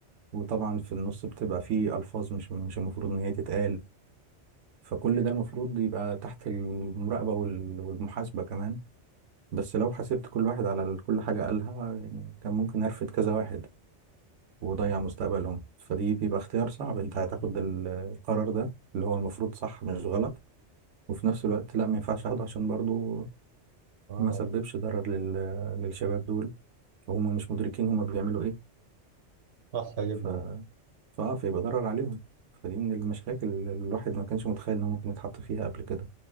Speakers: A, on the right; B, on the right.
A: وطبعا في النص بتبقى فيه ألفاظ مش مش المفروض إن هي تتقال فكل ده المفروض يبقى تحت المراقبة وال- والمحاسبة كمان بس لو حاسبت كل واحد على ال- كل حاجة قالها يعني كان ممكن أرفد كذا واحد وضيع مستقبلهم فدي بيبقى اختيار صعب انت هتاخد ال- القرار ده اللي هو المفروض صح مش غلط وفي نفس الوقت لا ما ينفعش اخده عشان برضو
B: اه
A: ما سببش ضرر لل... للشباب دول وهم مش مدركين هم بيعملوا ايه
B: صح جدا
A: ف فاه فيبقى ضرر عليهم فدي من المشاكل اللي الواحد ما كانش متخيل انه ممكن يتحط فيها قبل كده